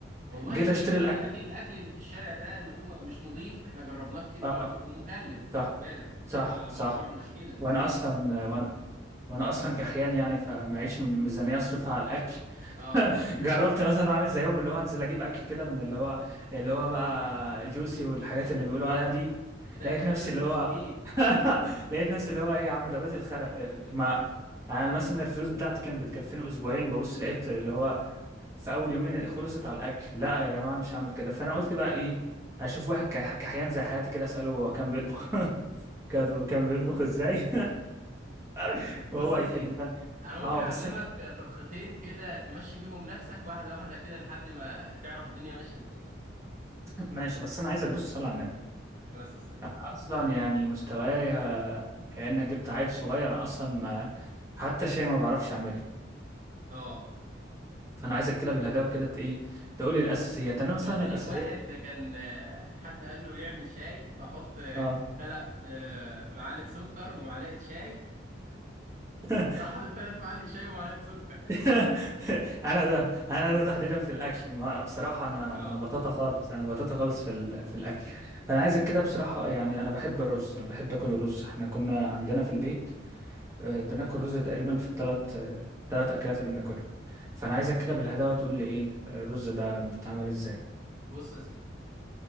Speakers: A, on the right; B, on the right.
A: والله
B: جيت
A: هي مشكلة
B: اشتري الاكل
A: يا اخي الاكل اللي في الشارع ده ان هو مش نظيف احنا جربناه كتير
B: اه
A: برضو ومكلف
B: صح
A: خد بالك
B: صح
A: فموضوع
B: صح
A: مشكله
B: وانا اصلا وانا وانا اصلا كحيان يعني فمعيش م- ميزانيه اصرفها على الاكل
A: اه
B: <laughs> جربت مثلا اعمل زيهم اللي هو انزل اجيب اكل كده من اللي هو اللي هو بقى جوسي والحاجات اللي بيقولوا عليها دي
A: لا
B: لقيت
A: الحاجات
B: نفسي
A: دي بفلوس
B: اللي هو
A: كتير
B: <laughs> لقيت نفسي اللي هو ايه يا عم ده بقيت اتخرق ما انا مثلا الفلوس بتاعتي كانت بتكفيني اسبوعين ببص لقيت اللي هو في اول يومين خلصت على الاكل لا يا جماعه مش هعمل كده فانا قلت بقى ايه اشوف واحد كح- كحيان زي حياتي كده اساله هو كان بيطبخ <laughs> كان كان بيطبخ ازاي <laughs>
A: بص
B: وهو
A: يا
B: هيفيدني
A: سيدي
B: ف...
A: انا ممكن
B: اه
A: اعلمك
B: بس أنا...
A: طبختين كده تمشي بيهم نفسك واحده واحده كده لحد ما تعرف الدنيا ماشيه ازاي
B: <clears throat> ماشي بس انا عايزك بص صلي على النبي
A: على اساس السلام
B: اصلا يعني مستوايا كانك جبت عيل صغير أنا اصلا ما <clears throat> حتى شيء ما بعرفش اعمله
A: اه
B: فانا عايزك كده بالهداوه كده ت- ايه تقولي الاساسيات انا
A: فكرتني
B: مثلا الاساسيات
A: بواحد كان آه، حد قال له يعمل شاي فحط آه،
B: اه
A: تلات آه، معالق سكر ومعلقه شاي
B: <laughs>
A: راح حاطط تلات معالق شاي ومعلقه سكر
B: <laughs> انا ده انا ده تحديدا في الاكل ما بصراحه انا
A: اه
B: انا بطاطا خالص انا بطاطا خالص في ال... في الاكل فانا عايزك كده بصراحه يعني انا بحب الرز انا بحب اكل الرز احنا كنا عندنا في البيت آه، بناكل رز تقريبا في الثلاث ثلاث اكلات اللي بناكلها فانا عايزك كده بالهداوه تقول لي ايه آه، الرز ده بيتعمل ازاي
A: بص يا سيدي